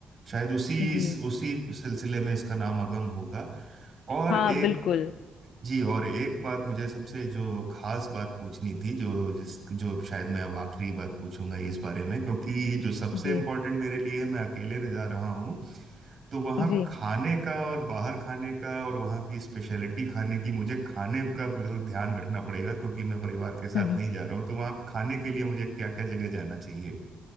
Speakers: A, on the right; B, on the left.
A: शायद उसी
B: जी
A: उसी सिलसिले में इसका नाम अगम होगा और
B: हाँ
A: एक
B: बिल्कुल
A: जी और एक बात मुझे सबसे जो खास बात पूछनी थी जो जिस जो शायद मैं अब आखिरी बात पूछूंगा इस बारे में क्योंकि जो सबसे
B: जी
A: इम्पोर्टेंट मेरे लिए है मैं अकेले रह जा रहा हूँ तो वहाँ
B: जी
A: खाने का और बाहर खाने का और वहाँ की स्पेशलिटी खाने की मुझे खाने का मुझे ध्यान रखना पड़ेगा क्योंकि मैं परिवार के साथ
B: <laughs>
A: नहीं जा रहा हूँ तो वहाँ खाने के लिए मुझे क्या क्या जगह जाना चाहिए